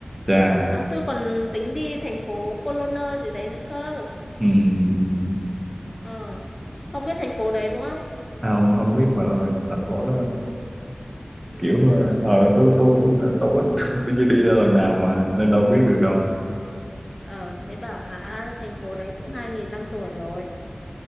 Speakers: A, on the right; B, on the left.
A: Chà,
B: à, tôi còn tính đi thành phố Cologne gì đấy nữa cơ
A: ừ, ừ. ừ.
B: ờ không biết thành phố đấy đúng không
A: không không biết mà thành phố đó
B: ừ.
A: kiểu ờ ờ, tôi tôi cũng ờ, tôi có- <laughs> tôi chưa đi ra lần nào mà nên đâu biết được đâu
B: ờ thế bảo là thành phố đấy cũng hai nghìn năm tuổi rồi